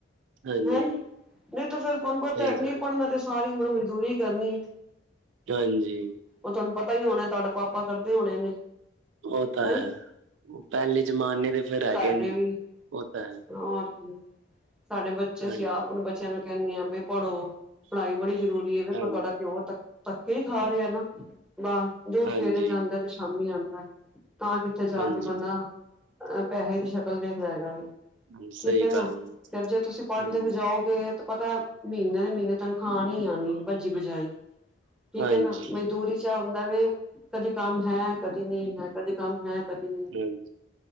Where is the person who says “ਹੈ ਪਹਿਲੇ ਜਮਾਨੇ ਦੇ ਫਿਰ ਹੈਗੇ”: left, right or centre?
Right